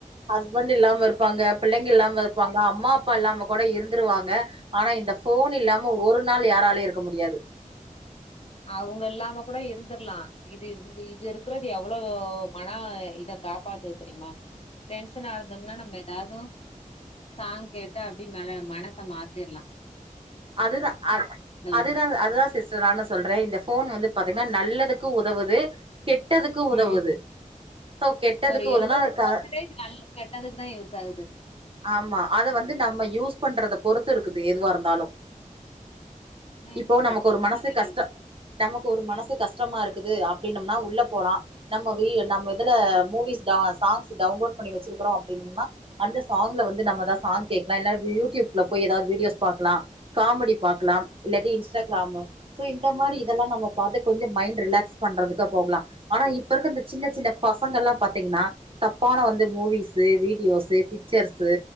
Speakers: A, on the right (about 40°); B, on the left (about 45°).
A: ஹஸ்பண்ட் இல்லாம இருப்பாங்க பிள்ளைங்க இல்லாம இருப்பாங்க அம்மா அப்பா இல்லாம கூட இருந்துருவாங்க ஆனா இந்த ஃபோன் இல்லாம ஒரு நாள் யாராலயு இருக்க முடியாது
B: அவுங்க இல்லாம கூட இருந்துருலா இது இங்க இது இருக்குறது எவ்வளவு மன இத காப்பாத்து தெரியுமா டென்ஷனா இருந்தோம்னா நம்ம எதாவது சாங் கேட்டா அப்படி ம மனச மாத்திரலா
A: அதுதா அ அதுதா
B: இது
A: அதுதா சிஸ் டர் நானு சொல்றே இந்த ஃபோன் வந்து பாத்தீங்கன்னா நல்லதுக்கு உதவுது கெட்டதுக்கு உதவுது
B: ம்
A: சோ கெட்டதுக்கு
B: ஒரு எழுபது
A: உதவுனா
B: பெர்சன்டேஜ்
A: க
B: நல்ல கெட்டதுக்கு தா யூஸ் ஆகுது
A: ஆமா அதை வந்து நம்ம யூஸ் பண்றத பொறுத்து இருக்குது எதுவா இருந்தாலு
B: நம்ம
A: இப்போ
B: எங்க
A: நமக்கு
B: கெட்டதுக்குதான்
A: ஒரு மனசு
B: நல்லது
A: கஷ்ட நமக்கு ஒரு மனசு கஷ்டமா இருக்குது அப்டினம்னா உள்ள போலா நம்ம வீ நம்ம இதுல மூவிஸ் சாங்ஸ் டவுன்லோட் பண்ணி வச்சிருக்கிறோ அப்படினும்னா அந்த சாங்ல வந்து நம்மதா சாங் கேக்லா இல்லா யூடியூப்ல போய் எதாவது விடியோஸ் பாக்கலா காமெடி பாக்கலாம் இல்லாட்டி இன்ஸ்டாகிராமு சோ இந்த மாரி இதெல்லா நம்ம பாத்து கொஞ்ச மைண்ட் ரிலாக்ஸ் பண்றதுக்கு போகலா ஆனா இப் இப்ப இருக்க சின்ன சின்ன பசங்கல்லா பாத்தீங்கனா தப்பான வந்து மூவிஸ் வீடியோஸு பிக்ச்ர்ஸு